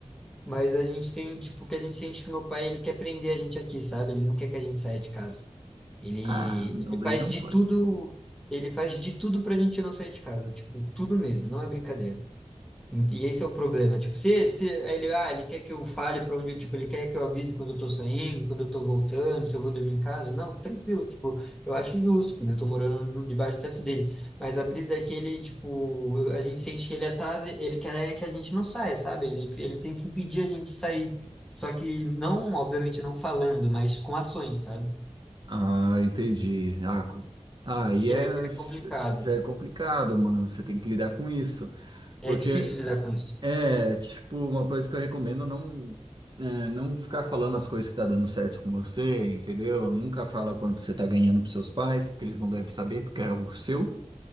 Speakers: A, in the centre; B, on the right (about 40°).
A: Mas a gente tem, tipo, que a gente sente que meu pai, ele quer prender a gente aqui, sabe? Ele não quer que a gente saia de casa. Ele,
B: Ah, não,
A: ele
B: daí
A: faz
B: não
A: de
B: pode.
A: tudo, ele faz de tudo pra gente não sair de casa, tipo, tudo mesmo, não é brincadeira. E esse é o problema. Tipo, se, se ele, ah, ele quer que eu fale para onde, eu- tipo, ele quer que eu avise quando eu tô saindo, quando eu tô voltando, se eu vou dormir em casa, não, tranquilo, tipo, eu acho justo, porque eu tô morando no- debaixo do teto dele. Mas a brisa é que ele, tipo, eu- a gente sente que ele atrasa, ele quer que a gente não saia, sabe? Ele, ele tenta impedir a gente de sair. Só que não, obviamente, não falando, mas com ações, sabe?
B: Ah, entendi. Ah, co- ah, e
A: E
B: é,
A: aí é complicado.
B: já é complicado, mano. Você tem que lidar com isso.
A: É
B: Porque
A: difícil lidar com isso.
B: é, tipo, uma coisa que eu recomendo não, é, não ficar falando as coisas que tá dando certo com você, entendeu? Nunca fala quanto você tá ganhando pros seus pais, porque eles não devem saber, porque é algo seu,